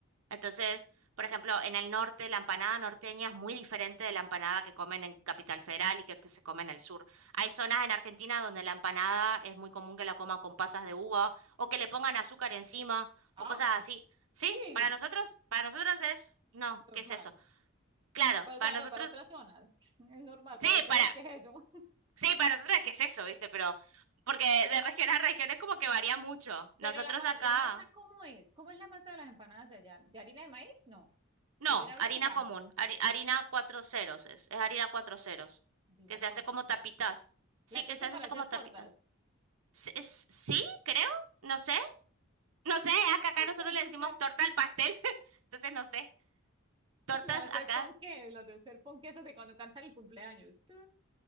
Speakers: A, on the right; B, on the right.
A: Entonces, por ejemplo, en el norte la empanada norteña es muy diferente de la empanada que comen en Capital Federal y que, que se come en el sur. Hay zonas en Argentina donde la empanada es muy común que la coman con pasas de uva o que le pongan azúcar encima
B: Ah,
A: o cosas así. Sí,
B: sí,
A: para nosotros, para nosotros es, no,
B: normal.
A: ¿qué es eso? Claro,
B: Ah, pero o
A: para
B: sea,
A: nosotros,
B: no, para otras zonas. <laughs> Es normal.
A: sí,
B: Para ustedes,
A: para,
B: ¿qué es eso? <laughs>
A: sí, para nosotros es qué es eso, ¿viste? Pero porque
B: Pe-
A: de región a región es como que varía mucho.
B: Pero
A: Nosotros
B: la, ma-
A: acá
B: la masa, ¿cómo es? ¿Cómo es la masa de las empanadas de allá? ¿De harina de maíz? No.
A: No,
B: ¿De harina blanca?
A: harina común, hari- harina cuatro ceros es, es harina cuatro ceros,
B: Harina
A: que se
B: 4
A: hace como
B: sí.
A: tapitas. Sí,
B: La que
A: que
B: usan
A: se hace
B: para
A: así
B: hacer
A: como
B: tortas.
A: tapitas. S- es- Sí, creo, no sé, no sé, acá, acá
B: Qué
A: nosotros
B: confusión.
A: le decimos torta al pastel, <laughs> entonces no sé, tortas
B: La de hacer
A: acá.
B: ponqué, la de hacer ponqué esas de cuando cantan el cumpleaños. Tú,